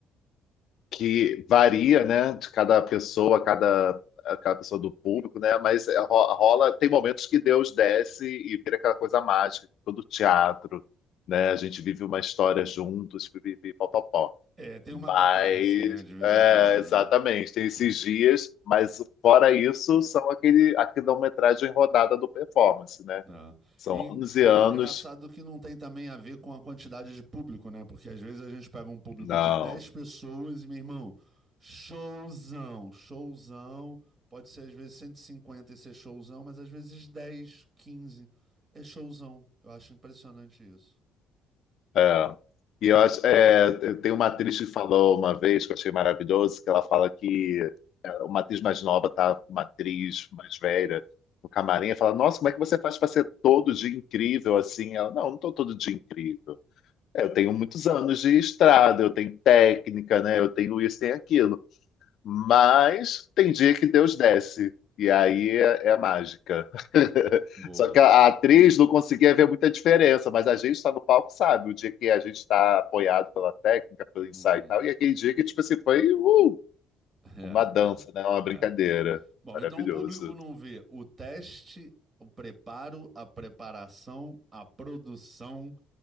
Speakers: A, on the left; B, on the right.
A: que varia, né, de cada pessoa, cada cada pessoa do público, né? Mas é, ro- rola, tem momentos que Deus desce e vira aquela coisa mágica, todo teatro, né? A gente vive uma história juntos, pipipi, pó, pó, pó.
B: É, tem
A: Mas,
B: uma catarse, né, de vez
A: é,
B: em quando,
A: exatamente,
B: né?
A: tem esses
B: Hum.
A: dias, mas fora isso, são aquele, a quilometragem rodada do performance, né?
B: É.
A: São
B: E,
A: 11 anos.
B: e engraçado que não tem também a ver com a quantidade de público, né? Porque às vezes a gente pega um público
A: Não,
B: de 10 pessoas e, meu irmão, showzão, showzão. Pode ser às vezes cento e cinquenta e ser showzão, mas às vezes dez quinze é showzão. Eu acho impressionante isso.
A: é. E eu acho, é, tem uma atriz que falou uma vez, que eu achei maravilhoso, que ela fala que uma atriz mais nova tá com uma atriz mais velha no camarim, e fala, nossa, como é que você faz para ser todo dia incrível assim? Ela, não, eu não tô todo dia incrível. É, eu tenho muitos anos de estrada, eu tenho técnica, né? Eu tenho isso, tenho aquilo. Mas tem dia que Deus desce. E aí é, é a mágica. <laughs>
B: Boa.
A: Só que a, a atriz não conseguia ver muita diferença, mas a gente está no palco, sabe? O dia que a gente está apoiado pela técnica, pelo ensaio
B: Hum.
A: e tal, e aquele dia que, tipo assim, foi uh,
B: É,
A: uma dança, né? Uma brincadeira.
B: é, é. Bom,
A: Maravilhoso.
B: então o público não vê o teste, o preparo, a preparação, a produção,